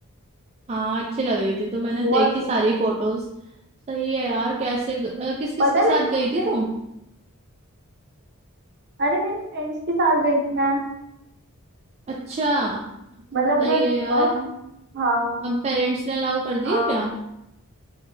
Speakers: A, on the right; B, on the right.
A: हाँ अच्छी लग रही थी तो मैंने
B: बहुत
A: देखी
B: अच्छी
A: सारी
B: अच्छी
A: फोटोज सही है यार कैसे ग... किस किस
B: पता
A: के
B: है
A: साथ
B: मैंने
A: गई
B: वहां
A: थी
B: पे
A: तू
B: अरे मेरे फ्रेंड्स के साथ गई थी मैं
A: अच्छा
B: मतलब
A: सही
B: जो
A: है यार
B: अ, हाँ
A: पेरेंट्स ने अलाउ कर
B: हाँ
A: दिया क्या